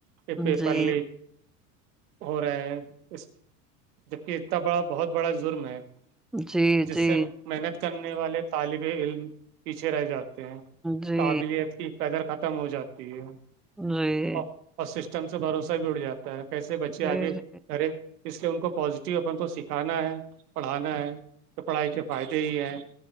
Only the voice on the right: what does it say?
کہ پیپر
لیک ہو رہے ہیں اس جب کہہ اتنا بڑا بہت بڑا جظرم ہے
جس
سے ہم
محنت کرنے والے طالب علم پیچھے رہ جاتے ہیں
قابلیت کی قدر ختم ہو جاتی ہے
اور اور سسٹم سے بھروسہ بھی اڑ جاتا ہے کیسے بچے
آگے
کرے اس لیے ان کو پازیٹیو اپ ان کو سکھانا ہے پڑھانا ہے تو پڑھائی کے فائدے ہی ہیں